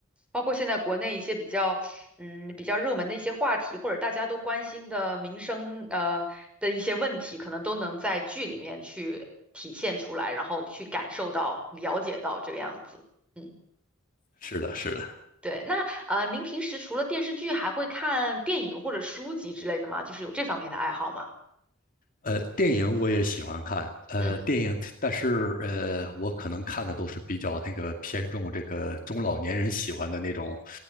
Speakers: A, in the centre; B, on the left (about 40°).
A: 包括现在国内一些比较，嗯，比较热门的一些话题，或者大家都关心的民生，呃的一些问题，可能都能在剧里面去体现出来，然后去感受到、了解到这个样子。嗯，
B: 是的，是的。
A: 对。那呃，您平时除了电视剧，还会看电影或者书籍之类的吗？就是有这方面的爱好吗？
B: 呃，电影我也喜欢看，呃，
A: 嗯，
B: 电影，但是呃，我可能看的都是比较那个偏重这个中老年人喜欢的那种，